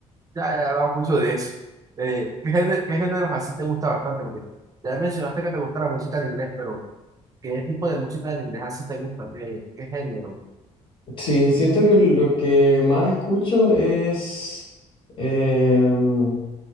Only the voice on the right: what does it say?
Ya he hablado mucho de eso. Eh, ¿qué géne- qué géneros así te gusta bastante? Porque ya mencionaste que te gusta la música en inglés, pero ¿qué tipo de música en inglés así te gusta? ¿Qué, qué género?